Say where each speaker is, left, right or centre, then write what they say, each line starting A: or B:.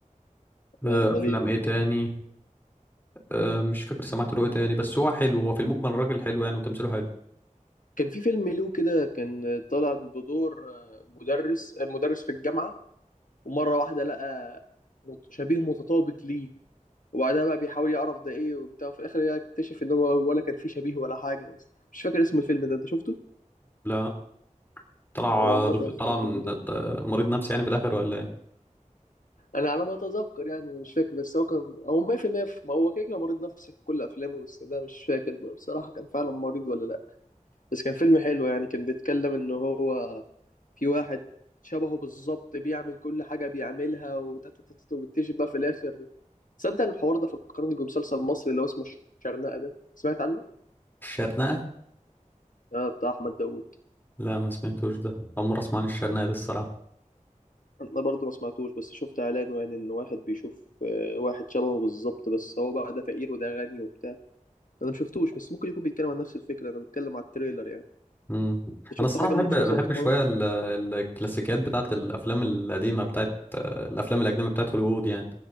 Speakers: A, on the left; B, on the left.
A: لا
B: أه
A: ماليش
B: افلام ايه تاني أه مش فاكر سمعت له ايه تاني بس هو حلو هو في المجمل الراجل حلو يعني وتمثيله حلو
A: كان في فيلم له كده كان طالع بدور آه، مدرس آه، مدرس في الجامعة ومرة واحدة لقى مت- شبيه متطابق ليه وبعدها بقى بيحاول يعرف ده ايه وبتاع وفي الاخر يكتشف ان هو ولا كان فيه شبيه ولا حاجة بس مش فاكر اسم الفيلم ده انت شفته؟
B: لا طلع
A: هو عامة
B: دك-
A: الفيلم
B: طلع ن-
A: ده
B: مريض نفسي يعني في الاخر ولا ايه
A: انا على ما اتذكر يعني أنا مش فاكر بس هو كان هو 100% في- المية في- ما هو كده كده مريض نفسي في كل افلامه بس ده مش فاكر بقى بصراحه كان فعلا مريض ولا لا بس كان فيلم حلو يعني كان بيتكلم ان هو في واحد شبهه بالظبط بيعمل كل حاجه بيعملها وتتتت وبيكتشف بقى في الاخر تصدق الحوار ده فكرني بمسلسل مصري اللي هو اسمه الشرنقه ده سمعت عنه
B: الشرنقه
A: اه بتاع احمد داوود
B: لا ما سمعتوش ده اول مره اسمع عن الشرنقه دي الصراحه
A: انا برضه ما سمعتوش بس شفت اعلانه يعني ان واحد بيشوف آه، واحد شبهه بالظبط بس هو بقى ده فقير وده غني وبتاع انا مشفتوش بس ممكن يكون بيتكلم عن نفس الفكره انا بتكلم على التريلر يعني
B: امم
A: انت
B: انا
A: شفت
B: الصراحه
A: حاجه
B: بحب
A: من مسلسلات
B: بحب شويه
A: رمضان
B: ال- الكلاسيكيات بتاعت الافلام القديمه بتاعت آه، الافلام الاجنبيه بتاعت هوليوود يعني